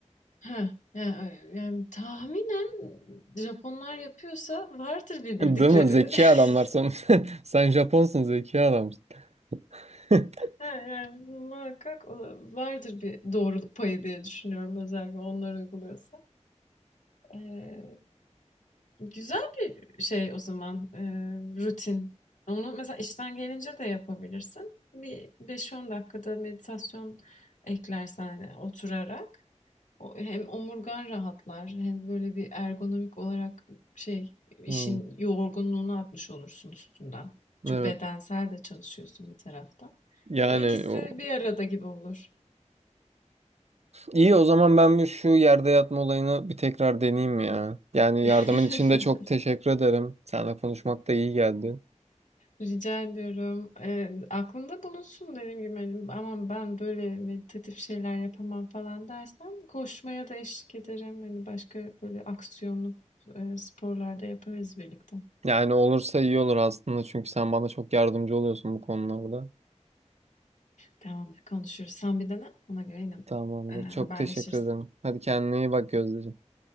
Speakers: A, on the left; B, on the right.
A: Ha yani, yani tahminen Japonlar yapıyorsa vardır bir
B: <laughs>
A: bildikleri.
B: Değil mi? Zeki
A: <laughs>
B: adamlar sen. <laughs> Sen Japonsun zeki adamsın. <laughs>
A: Ha, yani muhakkak ola- vardır bir doğruluk payı diye düşünüyorum özellikle onlar uyguluyorsa. Ee, Güzel bir şey o zaman, eee, rutin. Onu mesela işten gelince de yapabilirsin. Bir beş on dakikada meditasyon eklersen, eee, oturarak o hem omurgan rahatlar hem böyle bir ergonomik olarak şey, işin
B: Hmm,
A: yorgunluğunu atmış olursun üstünden. Çünkü
B: evet.
A: bedensel de çalışıyorsun bir taraftan.
B: Yani
A: Hani ikisi
B: o...
A: bir arada gibi olur.
B: iyi o zaman ben bir şu yerde yatma olayını bir tekrar deneyeyim ya. Yani
A: <laughs>
B: yardımın için de çok teşekkür ederim. Seninle konuşmak da iyi geldi.
A: Rica ediyorum. Eee, aklında bulunsun dediğim gibi, hani, "Aman ben böyle meditatif şeyler yapamam." falan dersen koşmaya da eşlik ederim. Hani, başka böyle aksiyonlu, eee, sporlar yaparız birlikte.
B: Yani olursa iyi olur aslında çünkü sen bana çok yardımcı oluyorsun bu konularda.
A: Tamamdır, konuşuruz. Sen bir dene, ona göre yine,
B: Tamamdır.
A: eee, haberleşiriz.
B: Çok teşekkür ederim. Hadi kendine iyi bak Gözdeciğim.